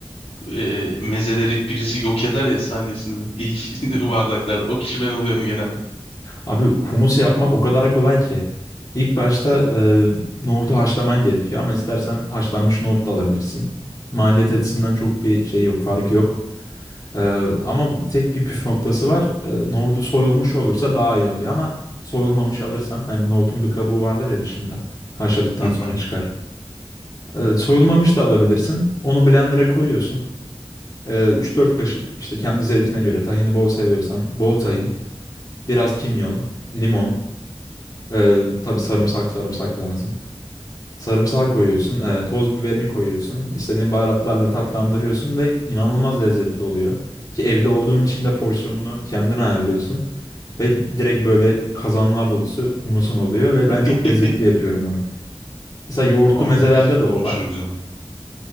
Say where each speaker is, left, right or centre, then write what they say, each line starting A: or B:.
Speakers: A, on the left; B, on the left.
A: e, mezeleri birisi yok eder ya sahnesinde ilk <laughs> bardaklarda. O kişi ben oluyorum genelde.
B: Abi humus yapmak o kadar kolay ki. İlk başta e, nohutu haşlaman gerekiyor ama istersen haşlanmış nohut da alabilirsin. Maliyet açısından çok bir şey yok, farkı yok. E, ama tek bir püf noktası var. E, nohutu soyulmuş olursa daha iyi oluyor ama soyulmamış alırsan hani nohutun bir kabuğu vardır ya dışında. Haşladıktan
A: Hı
B: sonra
A: hı.
B: çıkar. E, soyulmamış da alabilirsin. Onu blender'a koyuyorsun. E, 3-4 kaşık işte kendi zevkine göre tahini bol seviyorsan bol tahin, biraz kimyon, limon Ee, tabii sarımsak sarımsak lazım. Sarımsağı koyuyorsun, e, toz biberini koyuyorsun. istediğin baharatlarla tatlandırıyorsun ve inanılmaz lezzetli oluyor. Ki evde olduğun için de porsiyonunu kendin ayarlıyorsun. Ve direkt böyle kazanlar dolusu humusun oluyor ve
A: <laughs>
B: ben çok lezzetli yapıyorum onu. Mesela yoğurtlu
A: Abi
B: mezelerde
A: humus
B: de o
A: aşırı
B: var.
A: güzel.